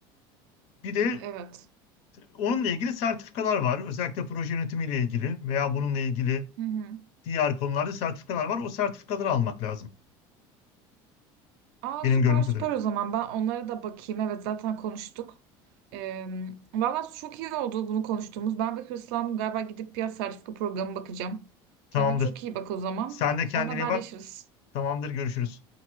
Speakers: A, on the left; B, on the right.
A: Bir de
B: Evet.
A: onunla ilgili sertifikalar var. Özellikle proje yönetimiyle ilgili veya bununla ilgili
B: Hı hı.
A: diğer konularda sertifikalar var. O sertifikaları almak lazım.
B: Aa
A: Benim
B: süper
A: gördüğüm
B: süper
A: kadarıyla.
B: o zaman. Ben onlara da bakayım. Evet zaten konuştuk. Ee, valla çok iyi oldu bunu konuştuğumuz. Ben bir hırslandım galiba gidip bir sertifika programı bakacağım.
A: Tamamdır.
B: Kendine çok iyi bak o zaman.
A: Sen de
B: Sonra
A: kendine
B: haberleşiriz.
A: iyi bak. Tamamdır. Görüşürüz.